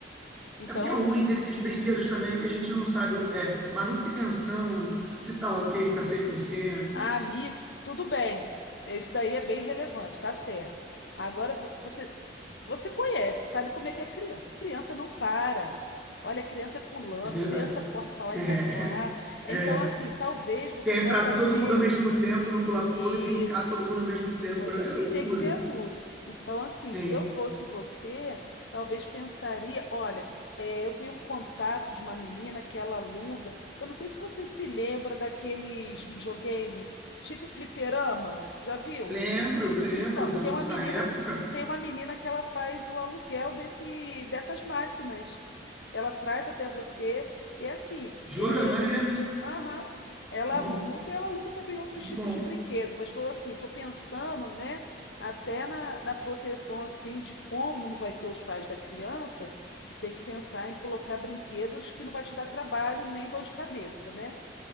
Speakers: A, on the left (about 85°); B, in the centre.
A: Então,
B: É porque o
A: assim,
B: ruim desses brinquedos
A: hum,
B: também é que a gente não sabe é, manutenção, se tá ok, se tá cem por cento
A: ah, amigo, tudo bem. Isso daí é bem relevante, tá certo. Agora vo- você Você conhece, sabe como é que é criança. Criança não para. Olha, criança é pulando,
B: É verdade.
A: criança corre para lá
B: É,
A: e para cá. É,
B: é.
A: Então, assim, talvez você
B: Quer
A: possa
B: entrar todo
A: ver
B: mundo ao mesmo tempo no pula-pula
A: isso.
B: e brincar todo mundo ao mesmo tempo
A: Por
B: é
A: isso
B: é loucura.
A: que tem que ter adulto. Então, assim,
B: Sim.
A: se eu fosse você, talvez pensaria, olha, é, eu tenho um contato de uma menina que ela aluga. Eu não sei se você se lembra daqueles videogame, tipo fliperama, já viu?
B: Lembro, lembro
A: Então,
B: da
A: tem
B: nossa
A: uma menina,
B: época.
A: tem uma menina que ela faz o aluguel desse, dessas máquinas. Ela traz até você e é assim,
B: Jura?
A: é,
B: Maneiro, hein?
A: aham, ela
B: Muito,
A: aluga, ela aluga também outros
B: muito
A: tipos
B: bom.
A: de brinquedo, mas estou assim, estou pensando, né, até na, na proteção assim de como não vai ter os pais da criança, você tem que pensar em colocar brinquedos que não vai te dar trabalho nem dor de cabeça, né?